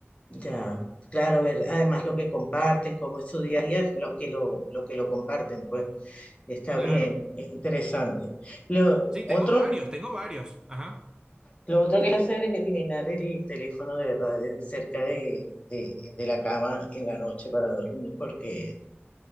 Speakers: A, on the left; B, on the right.
A: Ya, claro, ver además lo que comparten, cómo es su día a día, los que lo, lo que lo comparten, pues. Está
B: Claro.
A: bien, es interesante. Lo
B: Sí,
A: otro,
B: tengo varios, tengo varios. Ajá.
A: lo otro que hay que hacer es eliminar el teléfono de verdad de- cerca de, de- de la cama en la noche para dormir, porque